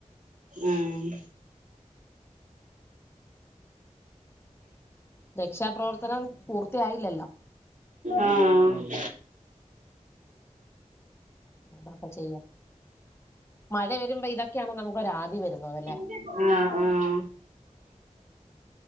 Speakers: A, on the right; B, on the left.
A: ഉം
B: രക്ഷാപ്രവർത്തനം പൂർത്തിയായില്ലല്ലോ
A: ആഹ്
B: അ അപ്പൊ ചെയ്യാം മഴ വരുമ്പോ ഇതൊക്കെയാണ് നമുക്ക് ഒരു ആദി വരുന്നതല്ലേ
A: ആഹ് ആഹ്